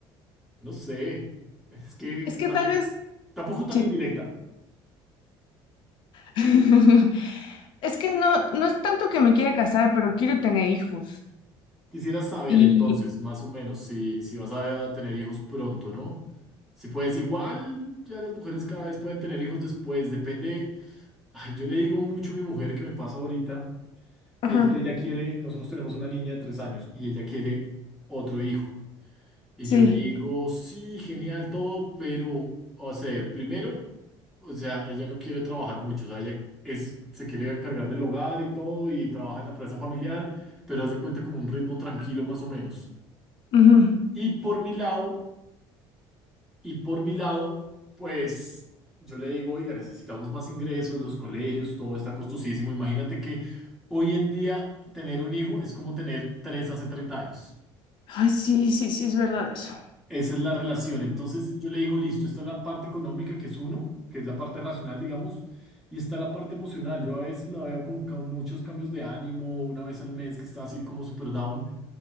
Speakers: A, in the centre; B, on the left (about 55°).
A: no sé, es que
B: es que
A: tam-
B: tal vez,
A: tampoco tan
B: sí.
A: indirecta.
B: <laughs> Es que no, no es tanto que me quiera casar, pero quiero tener hijos.
A: Quisiera saber
B: Y,
A: entonces, más o menos, si, si vas a tener hijos pronto, ¿no? Si puedes, igual ya las mujeres cada vez pueden tener hijos después, depende. Ay, yo le digo mucho a mi mujer que me pasa ahorita,
B: ajá,
A: y es que ella quiere, nosotros tenemos una niña de tres años y ella quiere otro hijo. Y
B: sí.
A: yo le digo, sí, genial todo, pero, o sea, primero, o sea, ella no quiere trabajar mucho, o sea, ella es, se quiere encargar del hogar y todo, y trabaja en la empresa familiar, pero haz de cuenta como un ritmo tranquilo más o menos.
B: ujú.
A: Y por mi lado, y por mi lado, pues yo le digo, oiga, necesitamos más ingresos, los colegios, todo está costosísimo. Imagínate que hoy en día tener un hijo es como tener tres hace 30 años.
B: Ay, sí, sí, sí, es verdad eso.
A: Esa es la relación. Entonces yo le digo, listo, esta es la parte económica, que es uno, que es la parte racional, digamos, y está la parte emocional. Yo a veces la veo con, ca- muchos cambios de ánimo, una vez al mes que está así como super down.